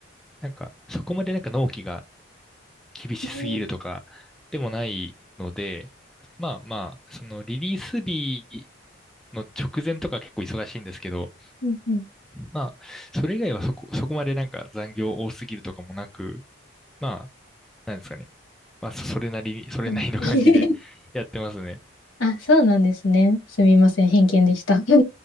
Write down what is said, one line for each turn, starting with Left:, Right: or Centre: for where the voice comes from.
Centre: なんか、そこまでなんか納期が厳しすぎるとか、
Left: うん。
Centre: でもないので、まあまあ、そのリリース日の直前とか結構忙しいんですけど、
Left: うんうん。
Centre: まあ、それ以外はそこ、そこまでなんか残業多すぎるとかもなく、まあ、なんですかね。まあ、そそれなりに、
Left: <laughs>
Centre: それなりの感じでやってますね。
Left: そうですね <laughs> あ、そうなんですね。すみません。偏見でした。<laughs> そ